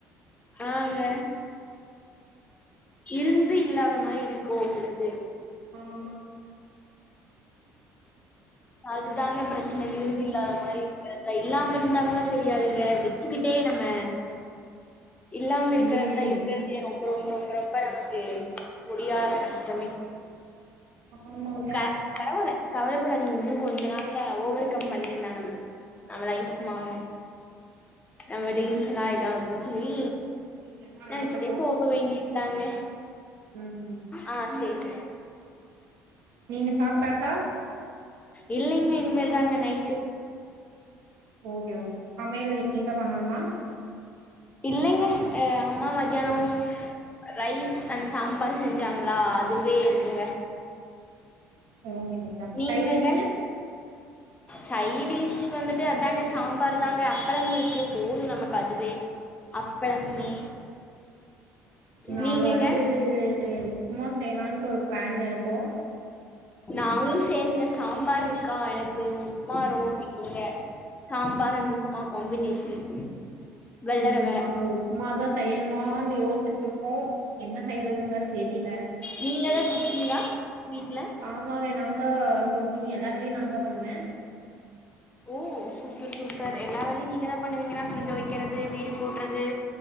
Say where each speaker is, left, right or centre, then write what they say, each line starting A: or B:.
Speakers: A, on the left (about 20°); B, on the right (about 70°).
A: ஆங்க இருந்து இல்லாத மாதிரி இருக்கும் உங்களுக்கு
B: ஆமா.
A: அதுதாங்க பிரச்சன இருந்து இல்லாத மாதிரி இருக்கிறதா இல்லாம இருந்தா கூட தெரியாதுங்க வெச்சுக்கிட்டே நம்ம இல்லாம இருக்குறது
B: ம்
A: தா இப் ரொம்ப ரொம்ப ரொம்ப ரொம்ப நமக்கு முடியாத கஷ்டமே
B: ஆமாங்க
A: க பரவாயில்ல கவலைப்படாதீங்க இன்னு கொஞ்ச நாள்ல ஓவர்கம் பண்ணிடலா நம்ம நம்ம லைப் மாறு. <unintelligible> சொல்லி
B: சீக்கிரமா
A: நெனச்சிட்டே
B: நடக்கட்டு
A: போக வேண்டியதுதாங்க
B: ம்ம்
A: ஆ சரிங்க
B: நீங்க சாப்ட்டாச்சா
A: இல்லிங்க இனிமேல் தாங்க நைட்டு
B: ஒகே ஒகே சமயல் நீங்க தா பண்ணணுமா
A: இல்லங்க அம்மா மதியானம் ரைஸ் அண்ட் சாம்பார் செஞ்சாங்களா அதுவே இருக்குங்க
B: ஓகே ஓகே அப்ப
A: நீங்கங்க
B: சைடிஷு
A: சைடிஷ் வந்துட்டு அதாங்க சாம்பார் தாங்க அப்பளம் இருக்கு போது நமக் பதுவே அப்பளமே.
B: நாங்க
A: நீங்கங்க
B: வந்து உப்புமா செய்யலான்ட்டு ஒரு பிளான்ல இருக்கோ
A: நாங்களு செய்யணுங்க சாம்பார் இருக்கா எனக்கு உப்புமா ரொம்ப பிடிக்குங்க. Sambar and upma combination. வெள்ளரவ
B: ம் ஆனா உப்புமாதா செய்யணுமானு யோசிட்டு இருக்கோ என்ன செய்யறதுன்னு வேற தெரியல.
A: நீங்க தா குக்கிங்கா வீட்டு்ல
B: ஆமாங்க நா தா குக்கிங் எல்லா வேலையு நா தா பண்ணுவ.
A: ஓ சூப்பர் சூப்பர் எல்லா வேலையு நீங்கதா பண்ணுவீங்கனா துணி துவைக்குறது வீடு கூட்டுறது